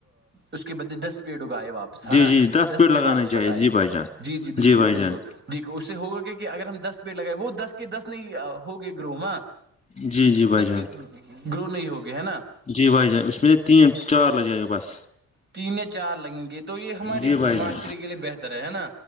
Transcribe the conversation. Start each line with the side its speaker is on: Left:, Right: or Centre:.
Right: اس کے بدلے دس پیڑ اگائے واپ ہے
Left: جی
Right: نا
Left: جی
Right: دس
Left: پیڑ
Right: پیٹ
Left: لگانے
Right: واپس
Left: چاہیے
Right: لگائے
Left: جی بھائی جان
Right: جی جی بالکل
Left: بھائی
Right: بالکل
Left: جان
Right: جی اس سے ہوگا کہ کہ اگر ہم دس پیڑ لگائے وہ دس کے دس نہیں ہو گے گروہ
Left: جی جی
Right: وہ دس
Left: بھائی جان
Right: کے گرو نہیں ہوگئے ہے نا
Left: جی بھائی جان اس میں سے تین چار لگ جائیں گے بس
Right: تین چار لنگت تو یہ ہماری
Left: جی بھائی
Right: معاشرے
Left: جان
Right: کے لیے بہتر ہے ہے نا